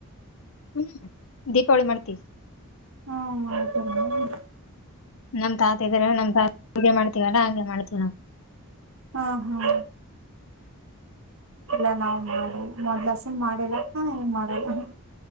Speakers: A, on the left (about 65°); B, on the right (about 65°).
A: ಹ್ಮ ದೀಪಾವಳಿ ಮಾಡ್ತೀವಿ.
B: ಹ್ಮ <unintelligible>
A: ನಮ್ ತಾತ ಇದಾರೆ ನಮ್ <unintelligible> ಮಾಡ್ತೀವಲ್ಲಾ ಹಂಗೆ ಮಾಡ್ತೀವಿ ನಾವು.
B: ಹ್ಮ ಹಾ. ಇಲ್ಲ ನಾವ್ ಮಾಡ ಮೊದ್ಲಾಸಿನ್ ಮಾಡಿಲ್ಲಾ ಹತ ಏನ್ ಮಾಡಲಹ.